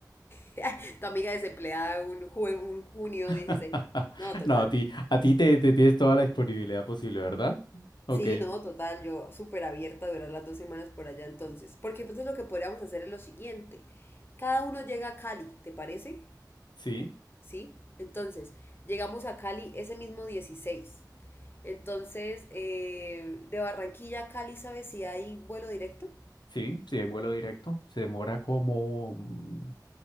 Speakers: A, on the left (about 30°); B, on the left (about 80°).
A: <laughs> Tu amiga desempleada un, ju- un junio 16.
B: <laughs>
A: No, total.
B: No, a ti, a ti te, te tienes toda la disponibilidad posible, ¿verdad? Ok,
A: Sí, no, total, yo súper abierta a durar las dos semanas por allá entonces. Porque entonces lo que podríamos hacer es lo siguiente. Cada uno llega a Cali, ¿te parece?
B: sí,
A: Sí. Entonces, llegamos a Cali ese mismo 16. Entonces, eh, de Barranquilla a Cali, ¿sabes si hay vuelo directo?
B: sí, sí, hay vuelo directo. Se demora como mm,